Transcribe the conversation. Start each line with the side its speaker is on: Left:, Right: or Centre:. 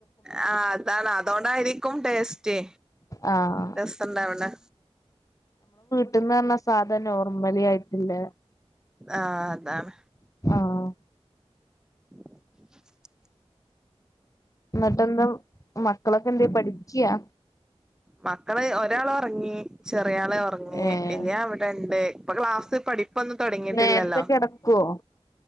Centre: ആ അതാണ് അതുകൊണ്ടായിരിക്കും ടേസ്റ്റ്
Left: ആഹ്
Centre: രസാണ്ടവ്ണെ
Left: ഫുഡ്‌ ന്ന് പറഞ്ഞ സാധനം നോർമലി ആയിട്ടിലെ
Centre: ആഹ് അതാണ്
Left: ആഹ്
Centre: <inaudible>
Left: എന്നിട്ടെന്താ മക്കളൊക്കെ എന്തേ പഠിക്കയാ
Centre: മക്കള് ഒരാളുറങ്ങി ചെറിയാൾ ഉറങ്ങി
Left: ഏഹ്
Centre: വലിയോൻ ഇവിടെ ഇണ്ട് ഇപ്പൊ ക്ലാസ് പഠിപ്പൊന്നും തുടങ്ങിട്ടില്ലല്ലോ
Left: നേരത്തെ കിടക്കുവോ